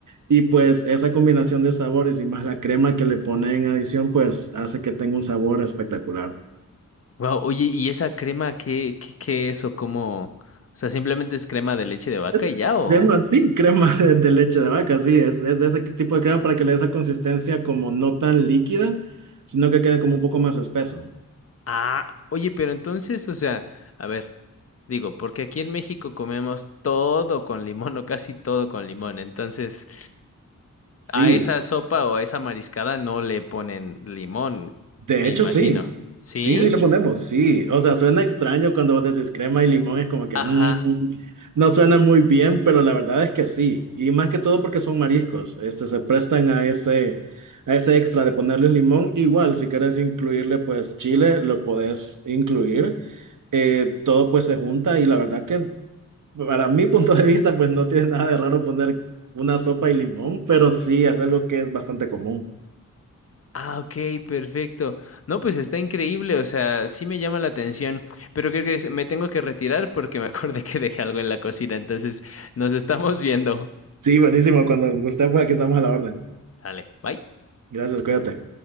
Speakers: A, on the right; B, on the left.
A: Y pues esa combinación de sabores y más la crema que le ponen en adición pues hace que tenga un sabor espectacular.
B: Wow, oye, ¿y esa crema qué, qué, qué es o cómo? O sea, simplemente es crema de leche de vaca
A: Es
B: y ya o
A: crema, sí, crema de, de leche de vaca, sí, es, es de ese tipo de crema para que le dé esa consistencia como no tan líquida, sino que quede como un poco más espeso.
B: Ah, oye, pero entonces, o sea, a ver, digo, porque aquí en México comemos todo con limón o casi todo con limón, entonces
A: Sí,
B: a esa sopa o a esa mariscada no le ponen limón,
A: de
B: me
A: hecho
B: imagino.
A: sí,
B: ¿Sí?
A: sí, sí le ponemos, sí, o sea, suena extraño cuando vos decís crema y limón, es como que mm,
B: Ajá.
A: no suena muy bien, pero la verdad es que sí, y más que todo porque son mariscos, este, se prestan a ese, a ese extra de ponerles limón, igual si querés incluirle pues chile, lo podés incluir. eh, todo pues se junta y la verdad que para mi punto de vista pues no tiene nada de raro poner una sopa y limón, pero sí es algo que es bastante común.
B: Ah, ok, perfecto. No, pues está increíble, o sea, sí me llama la atención, pero creo que me tengo que retirar porque me <laughs> acordé que dejé algo en la cocina, entonces nos estamos viendo.
A: Sí, buenísimo, cuando usted pues aquí estamos a la orden.
B: Dale, bye.
A: Gracias, cuídate.